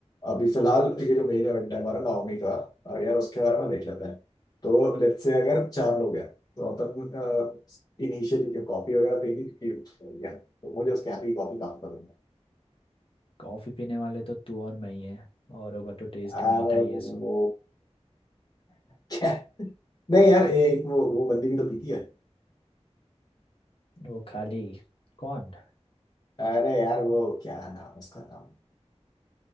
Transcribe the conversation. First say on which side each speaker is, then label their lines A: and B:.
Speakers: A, on the left; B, on the left.
A: अभी फिलहाल ये जो मेन इवेंट है हमारा नाओमी का अ, यार उसके बारे में देख लेते हैं तो लेट्स से अगर चार लोग हैं तो अपन इनिशियली कॉफी वगैरह पीनी तो मुझे उसके हाथ की कॉफी काफी पसंद है
B: कॉफ़ी पीने वाले तो तू और मैं ही हैं और होगा तो टेस्ट
A: अरे
B: मीठा ही
A: वो
B: है सो
A: वो क्या नहीं यार एक वो वो बंदी भी तो पीती है
B: वो खाली कौन
A: अरे यार वो क्या नाम उसका नाम